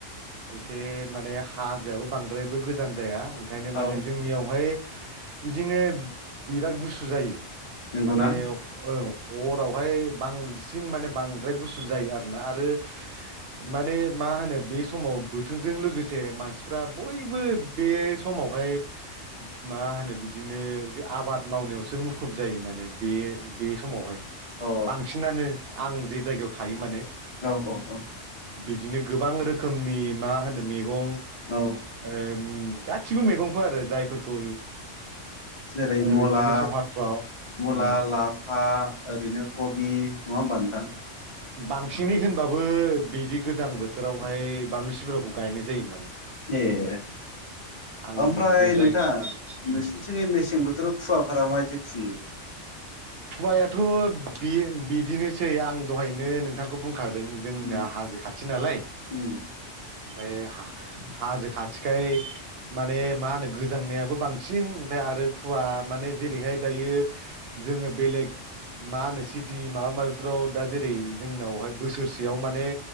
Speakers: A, on the right; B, on the left.
A: एसे माने हाजोआबो बांद्रायबो गोजान जाया। ओंखायनो
B: औ
A: माने जोंनियावहाय बिदिनो बिराद गुसु जायो।
B: नंगौना
A: माने औ। हरावहाय बांसिन माने बांद्राय गुसु जायो आरोना आरो माने मा होनो बे समाव बोथोरजों लोगोसे मानसिफ्रा बयबो बे समावहाय मा होनो बिदिनो आबाद मावनायावसो मुखुब जायो माने बे बे समावहाय।
B: अ
A: बांसिनानो। आं जे जायगायाव थायो माने।
B: औ औ औ।
A: बिदिनो गोबां रो खोमनि मा होनो मैगं।
B: औ
A: <unintelligible> गासिबो मैगंखौ आरो जायफोरखौ
B: जेरै मुला
A: बिदिनो सहारफ्राव
B: मुला लाफा ओरैनो कबि नङा होमबा नोंथां।
A: बांसिनै होनबाबो बिदि गोजां बोथोरावहाय बानलु सिब्रखौ गायनाय जायो माने
B: ए
A: आं
B: ओमफ्राय
A: जे जाय
B: नोंथां नोंसिनिथिं
A: उम
B: मेसें बोथोराव खुवा फोरा मायदि खुयो?
A: खुवायाथ' बे बिदिनोसै आं दहायनो नोंथांखौ बुं बुंखारदों जोंनाया
B: उम
A: हाजो खाथि नालाय,
B: उम
A: ओमफ्राय हा हाजो खाथिखाय माने मा होनो गोजांनायाबो बांसिन ओमफ्राय आरो खुवा माने जेरैहाय दायो, जोङो बेलेग मा होनो सिटि माबा माबिफ्राव दा जेरै जोंनावहाय बोसोरसेयाव माने